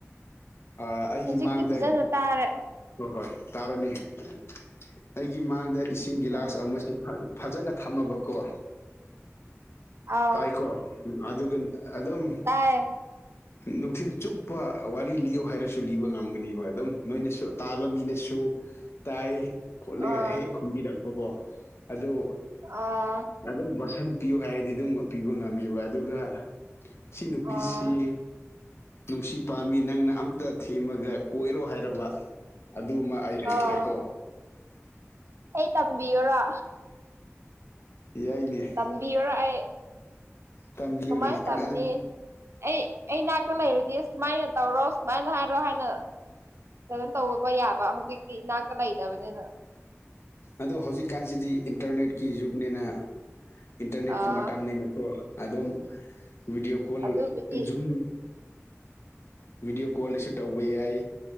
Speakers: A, on the left (about 55°); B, on the right (about 60°).
A: ꯑꯩꯒꯤ
B: ꯍꯧꯖꯤꯛꯇꯤ
A: ꯃꯥꯡꯗ
B: ꯐꯖꯅ ꯇꯥꯔꯦ
A: ꯍꯣꯏ ꯍꯣꯏ ꯇꯥꯔꯅꯤ ꯑꯩꯒꯤ ꯃꯥꯡꯗ ꯏꯁꯤꯡ ꯒꯤꯂꯥꯁ
B: ꯎꯝ
A: ꯑꯃꯁꯨ ꯐꯖꯅ ꯊꯝꯃꯕꯀꯣ
B: ꯑꯥꯎ
A: ꯇꯥꯏꯀꯣ ꯑꯗꯨ ꯑꯗꯨ ꯑꯗꯨꯝ
B: ꯇꯥꯏꯌꯦ
A: ꯅꯨꯡꯊꯤꯤꯟ ꯆꯨꯞꯄ ꯋꯥꯔꯤ ꯂꯤꯌ ꯍꯥꯏꯔꯁꯨ ꯂꯤꯕ ꯉꯝꯒꯨꯅꯦꯕ ꯑꯗꯨꯝ ꯅꯣꯏꯅꯁꯨ ꯇꯥꯕ ꯃꯤꯅꯦꯁꯨꯣ ꯇꯥꯏ ꯈꯣꯠꯂꯦ
B: ꯑꯥ
A: ꯍꯦꯛ ꯈꯨꯝꯕꯤꯔꯛꯄꯀꯣ ꯑꯗꯨ
B: ꯑꯥ
A: ꯑꯗꯨꯝ ꯕꯁꯟ ꯄꯤꯌꯨ ꯍꯥꯏꯔꯗꯤ ꯑꯗꯨꯝ ꯄꯤꯕ ꯉꯝꯃꯦꯕ ꯑꯗꯨꯒ ꯁꯤ ꯅꯨꯄꯤꯁꯤ
B: ꯑꯥ
A: ꯅꯨꯡꯁꯤ ꯄꯥꯝꯃꯤ ꯅꯪꯅ ꯑꯝꯇ ꯊꯦꯝꯃꯒ ꯀꯣꯏꯔꯣ ꯍꯥꯏꯔꯕ ꯑꯗꯨꯒꯕ ꯑꯩ ꯍꯩꯇ꯭ꯔꯦꯀꯣ
B: ꯑꯣ ꯑꯩ ꯇꯝꯕꯤꯌꯔꯣ
A: ꯌꯥꯏꯅꯦ
B: ꯇꯝꯕꯤꯌꯨꯔ ꯑꯩ
A: ꯇꯝꯕꯤꯌꯨꯅꯦ
B: ꯀꯃꯥꯏꯅ
A: ꯀꯅꯥꯅ
B: ꯇꯝꯅꯤ ꯑꯩ ꯑꯩꯅꯥꯛꯇ ꯂꯩꯔꯨꯗꯤ ꯁꯨꯃꯥꯏꯅ ꯇꯧꯔꯣ ꯁꯨꯃꯥꯏꯅ ꯍꯥꯏꯔꯣ ꯍꯥꯏꯅ ꯑꯗꯨꯝ ꯇꯕ ꯌꯥꯕ ꯍꯧꯖꯤꯛꯇꯤ ꯏꯅꯥꯀ ꯂꯩꯇꯕꯅꯤꯅ
A: ꯑꯗꯣ ꯍꯧꯖꯤꯛꯀꯥꯟꯁꯤꯗꯤ ꯏꯟꯇꯔꯅꯦꯠꯀꯤ ꯖꯨꯛꯅꯤꯅ ꯏꯟꯇꯔꯅꯦꯠꯀꯤ
B: ꯑꯥ
A: ꯃꯇꯥꯡꯅꯤꯅꯀꯣ ꯑꯗꯨꯝ ꯚꯗꯤꯑꯣ ꯀꯣꯜ
B: ꯑꯗꯨꯕꯨꯗꯤ
A: ꯖ ꯚꯤꯗꯤꯑꯣ ꯀꯣꯜꯗꯁꯨ ꯇꯧꯕ ꯌꯥꯏ